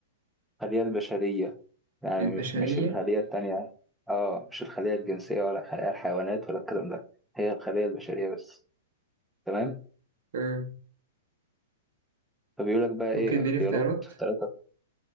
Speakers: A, in the centre; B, on the right.
A: الخلية البشرية يعني
B: البشرية
A: مش مش الخلية التانية اه مش الخلية الجنسية ولا الخلية الحيوانات ولا الكلام ده هي الخلية البشرية بس تمام
B: آه.
A: فبيقول لك بقى
B: ممكن
A: ايه
B: اديني
A: اختيارات
B: اختيارات
A: تلاتة